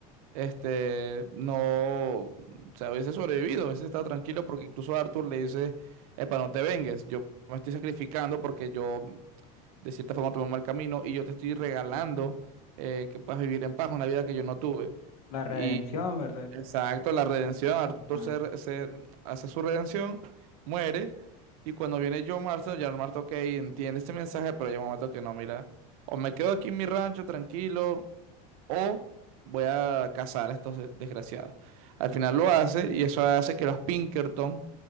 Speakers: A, on the right; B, on the left.
A: este, no, o sea, hubiese sobrevivido, hubiese estado tranquilo porque incluso Arthur le dice, epa, no te vengues, yo me estoy sacrificando porque yo de cierta forma tomé un mal camino y yo te estoy regalando eh, que puedas vivir en paz una vida que yo no tuve.
B: La redención,
A: Y
B: ¿verdad?
A: Exacto, la
B: Como-
A: redención, Arthur
B: Ajá,
A: se, se hace su redención, muere, y cuando viene John Marston, John Marston, ok, entiende este mensaje, pero llega un momento que no, mira, o me quedo aquí en mi rancho tranquilo, o voy a cazar a estos de- desgraciados. Al final lo hace, y eso hace que los Pinkerton